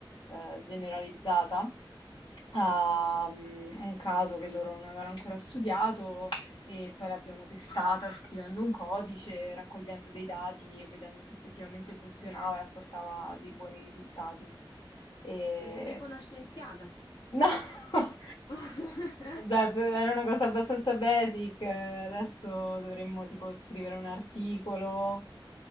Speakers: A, on the left; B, on the left.
A: eh, generalizzata a mm, un caso che loro non avevano ancora studiato e poi l'abbiamo testata scrivendo un codice, raccogliendo dei dati e vedendo se effettivamente funzionava e apportava dei buoni risultati. E...
B: Io sei tipo una scienziata.
A: No, <laughs>
B: <laughs>
A: vabbè, per- era una cosa abbastanza basic, eh, adesso dovremmo tipo scrivere un articolo